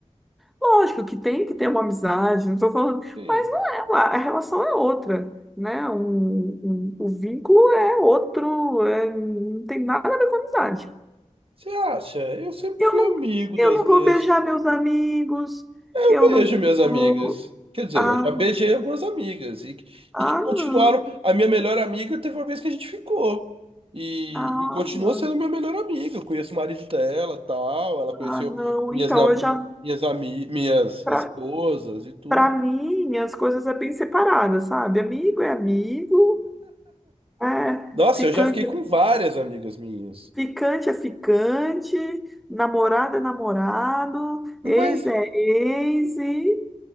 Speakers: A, in the centre; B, on the right.
A: Lógico que tem que ter uma amizade, não tô falando,
B: Sim.
A: mas não é, uma- a relação é outra, né? Um, um- o vínculo é outro, é- não tem nada a ver com amizade.
B: Você acha? Eu sempre
A: Eu
B: fui
A: não,
B: amigo
A: eu
B: das
A: não
B: minhas.
A: vou beijar meus amigos,
B: É, Eu
A: eu
B: beijo
A: não
B: minhas amigas.
A: vou.
B: Quer dizer,
A: Ah,
B: eu já beijei algumas amigas e, que-
A: ah,
B: e que continuaram.
A: não.
B: A minha melhor amiga teve uma vez que a gente ficou. E,
A: Ah,
B: e continua
A: não.
B: sendo minha melhor amiga. Eu conheço o marido dela, tal. Ela conheceu
A: Ah, não.
B: minhas,
A: Então,
B: na-
A: eu já,
B: minhas, ami, minhas
A: pra,
B: esposas e tudo.
A: pra mim, as coisas é bem separadas, sabe? Amigo é amigo, é,
B: Nossa,
A: ficante,
B: eu já fiquei com
A: é-
B: várias amigas minhas.
A: ficante é ficante, namorado é namorado,
B: Mas
A: ex é ex, e